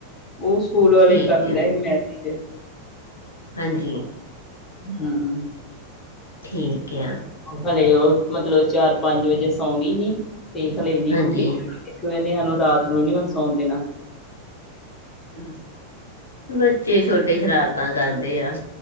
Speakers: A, on the left (about 15°); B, on the left (about 70°).
A: ਉਹ ਸਕੂਲ ਵਾਲੇ
B: ਠੀਕ
A: ਕਰਨ
B: ਹੈ
A: ਦਾ ਐ ਮੈਸੇਜ
B: ਹਾਂਜੀ।
A: ਹਮ
B: ਠੀਕ ਏ।
A: ਹੈਲੇ ਮਤਲਬ ਚਾਰ ਪੰਜ ਵਜੇ ਸੌਂ ਗੀ ਸੀ, ਤੇ ਹਲੇ ਨੀ
B: ਹਾਂਜੀ
A: ਉੱਠੀ ਇੱਕ ਵੇਲੇ ਉਨੂੰ ਰਾਤ ਨੂੰ ਨੀ ਹੁਣ ਸੌਣ ਦੇਣਾ
B: <unintelligible> ਬੱਚੇ ਛੋਟੇ ਸ਼ਰਾਰਤਾਂ ਕਰਦੇ ਆ